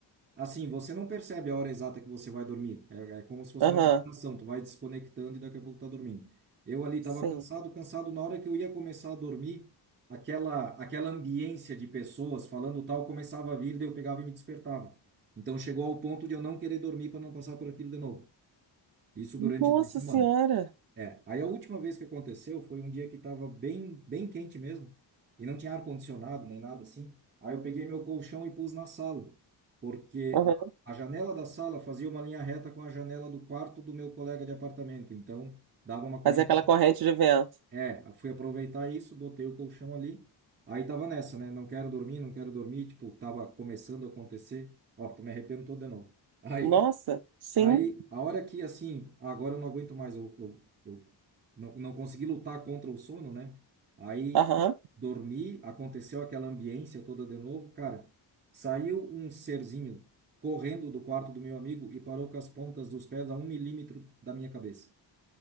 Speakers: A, on the right; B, on the right.
A: Assim, você não percebe a hora exata que você vai dormir. É, é como se fosse
B: Aham.
A: uma meditação. Tu vai desconectando e daqui a pouco tá dormindo. Eu ali estava
B: Sim.
A: cansado, cansado. Na hora que eu ia começar a dormir, aquela aquela ambiência de pessoas falando tal começava a vir, daí eu pegava e me despertava. Então chegou ao ponto de eu não querer dormir para não passar por aquilo de novo. Isso durante
B: Nossa
A: duas semanas.
B: senhora.
A: É, aí a última vez que aconteceu foi um dia que estava bem, bem quente mesmo, e não tinha ar-condicionado nem nada assim. Aí eu peguei meu colchão e pus na sala, porque
B: Aham.
A: a, a janela da sala fazia uma linha reta com a janela do quarto do meu colega de apartamento, então dava uma correnteza.
B: Fazer aquela corrente de vento.
A: É, fui aproveitar isso, botei o colchão ali, aí tava nessa, né? Não quero dormir, não quero dormir, tipo, tava começando a acontecer. Ó, tô me arrependo todo de novo. Aí
B: Nossa, sim.
A: Aí, a hora que, assim, agora eu não aguento mais, eu, eu, eu não, não consegui lutar contra o sono, né? Aí,
B: Aham.
A: dormi, aconteceu aquela ambiência toda de novo, cara. Saiu um serzinho correndo do quarto do meu amigo e parou com as pontas dos pés a um milímetro da minha cabeça.